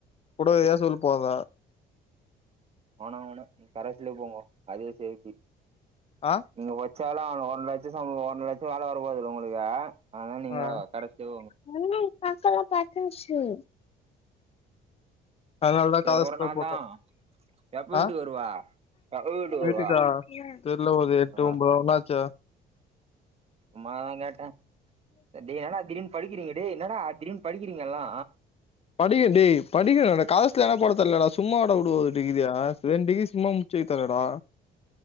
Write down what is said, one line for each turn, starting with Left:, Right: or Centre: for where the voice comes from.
Left: குடுக்குறியா சொல் போங்க
Right: ஆனா ஒன்னு கடைசில போவோ அதா சேஃப்டி
Left: ஆ
Right: நீங்க ஒச்சாலு அவனுங்க ஒன் லெட்சோ சம்பளோ ஒன்ர லட்சோ வேல வரபோதுல உங்களுக்கு ஆனா நீங்க
Left: ஆ
Right: கரெக்ட்டு
Left: <inaudible> அதனாலதா காசு
Right: எவ்ளோ நேர
Left: போட்ட
Right: தா எப்ப வீட்டுக்கு
Left: ஆ
Right: வருவ எப்ப வீட்டுக்கு
Left: வீட்டுக்கா
Right: வருவ
Left: தெர்ல ஓது எட்டு
Right: ஆ
Left: ஒம்போ ஒன்னாச்சா
Right: சும்மாதா கேட்டே டேய் என்னடா திடீர்னு படிக்கிறீங்க என்னடா திடீர்னு படிக்கிறீங்க எல்லா
Left: படிங்க டேய் படிங்கடானா காசுல போட தரலடா சும்மாவாடா உடுவாங்க டிகிரியா ரெண்டு டிகிரி சும்மா கேக்கல டா